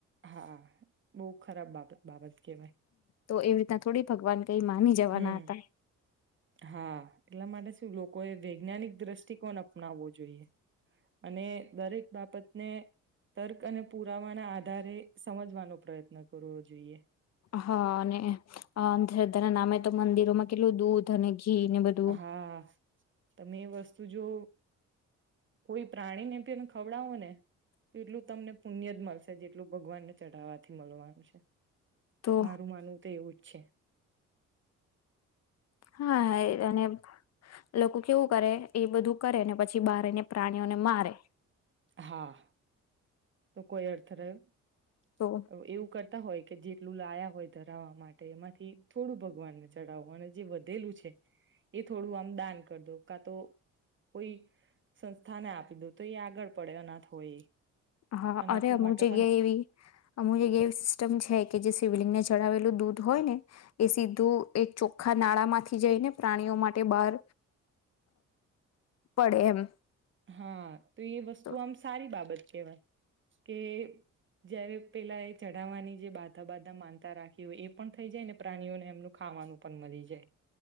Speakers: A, on the right; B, on the left.
A: હા બહુ ખરાબ બાબત બાબત ઓકે ભાઈ
B: તો એવી રીતના થોડી ભગવાન કઈ માની જવાના
A: હમ
B: હતા
A: હા એટલા માટે લોકોએ વૈજ્ઞાનિક દ્રષ્ટિકોણ અપનાવવો જોઈએ અને દરેક બાબત તર્ક અને પુરાવા ના આધારે સમજવાનો પ્રયત્ન કરવો જોઈએ
B: હા અનેને અંધધના નામે તો મંદિરોમાં કેટલું દૂધ અને ઘી ને બધું
A: હા તમે વસ્તુ જો કોઈ પ્રાણી ને પી એને ખવડાવું ને પેલું તમને પુણ્ય જ મળશે જેટલું ભગવાનને ચઢાવવાથી મળવાનું છે
B: તો
A: મારું માનવું તો એવું જ છ
B: હા હા એ અને લોકો કેવું કરે એ બધું કરે ને પછી બાર ને પ્રાણીઓને મારે
A: હા તો કોઈ અર્થ રહ્યો
B: તો
A: એવું કર હોય કે જેટલું લાયા હોય ધરાવવા માટે એમાંથી થોડું ભગવાનને ચડાવો અને જે વધેલું છે એ થોડું આમ દાન કરી દો કા તો કોઈ સંસ્થાને આપી દો તો એ આગળ પડે અનાથ હોય એ
B: હા
A: અનાથો
B: અરે અમુક
A: માટે
B: જગ્યા
A: પણ
B: એવી અમુક જગ્યા એવી સિસ્ટમ છે કે જે સિવલિંગને ચડાવલું દૂધ હોય ને એ સીધું એ ચોખ્ખા નાળા માંથી જઈને પ્રાણીઓ માટે બહાર પડે એમ
A: હા તો એ વસ્તુ
B: તો
A: આમ સારી બાબત કેવાય કે જયારે પેલા એ ચઢાવવાની જે બાધા બાધા માનતા રાખી હોય એ પણ થઈ જાય ને પ્રાણીઓને એમનું ખાવાનું પણ મળી જાય